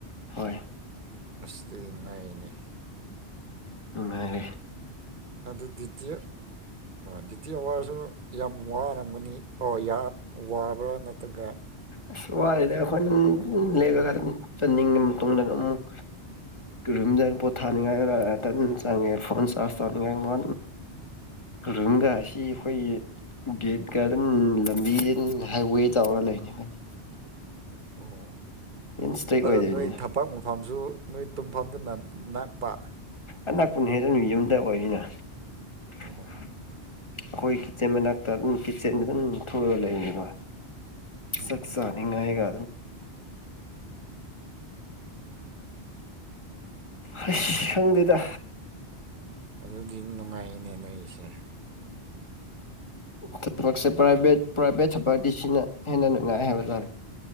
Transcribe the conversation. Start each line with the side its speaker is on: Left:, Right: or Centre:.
Left: ꯍꯣꯏ
Right: ꯑꯗꯗꯤ ꯅꯨꯡꯉꯥꯏꯔꯤꯅꯦ
Left: ꯃꯥꯦ
Right: ꯑꯗꯨ ꯗ꯭ꯌꯨꯇꯤ ꯗ꯭ꯌꯨꯇꯤ ꯑꯋꯥꯔꯁꯨ ꯌꯥꯝ ꯋꯥꯔꯝꯒꯅꯤ ꯑꯣ ꯌꯥꯝ ꯋꯥꯕ꯭ꯔꯥ ꯅꯠꯇ꯭ꯔꯒ
Left: ꯑꯁ ꯋꯥꯔꯤꯗ ꯑꯩꯈꯣꯏꯅ ꯂꯩꯔꯀ ꯑꯗꯨꯝ ꯆꯟꯅꯤꯡꯉ ꯃꯇꯨꯡꯗ ꯑꯃꯨꯛ ꯔꯨꯝꯖ ꯄꯣꯠꯊꯥꯅꯤꯡꯉꯥꯏ ꯇꯅ ꯆꯪꯉꯦ ꯐꯣꯟ ꯆꯥꯔꯖ ꯇꯧꯅꯤꯡꯉꯥꯏ ꯃ ꯔꯨꯝꯒꯥ ꯑꯁꯤ ꯑꯩꯈꯣꯏꯒꯤ ꯒꯦꯠ ꯒꯥꯔꯗꯟ ꯂꯝꯕꯤ ꯍꯥꯏꯋꯦ ꯆꯥꯎꯔꯒ ꯂꯩꯅꯤ ꯑꯩꯈꯣꯏꯅꯤ
Right: ꯑꯣ
Left: ꯍꯦꯟ ꯏꯁꯇ꯭ꯔꯤꯛ
Right: ꯑꯗꯣ
Left: ꯑꯣꯏꯗꯣꯏꯅꯤꯅ
Right: ꯅꯣꯏ ꯊꯝꯄꯥꯛ ꯃꯨ ꯇꯐꯝꯁꯨ ꯅꯣꯏ ꯇꯨꯝꯐꯝꯗꯨ ꯅꯛꯄ
Left: ꯑꯅꯛꯄꯨꯅ ꯍꯦꯛꯇ ꯌꯨꯝꯗ ꯑꯣꯏꯔꯤꯅ ꯑꯩꯈꯣꯏ
Right: ꯑꯣ
Left: ꯏꯆꯦ ꯃꯅꯥꯛꯇ ꯅꯨꯡ ꯀꯤ ꯆꯦꯟꯕ ꯑꯗꯨ ꯊꯣꯛꯑꯒ ꯂꯩꯕ
Right: ꯎꯝ
Left: ꯁꯛꯁꯥ ꯅꯤꯡ ꯉꯥꯏꯒ ꯑꯩꯁ ꯈꯪꯗꯦꯗ
Right: ꯑꯗꯨꯗꯤ ꯅꯨꯡꯉꯥꯏꯅꯦ ꯅꯣꯏꯁꯦ
Left: ꯊꯕꯛꯁꯦ ꯄ꯭ꯔꯥꯏꯚꯦꯠ ꯄ꯭ꯔꯥꯏꯚꯦꯠ ꯊꯕꯛꯗꯤ ꯁꯤꯅ ꯍꯦꯟꯅ ꯅꯨꯡꯉꯥꯏ ꯍꯥꯏꯕ ꯇꯥꯔꯦ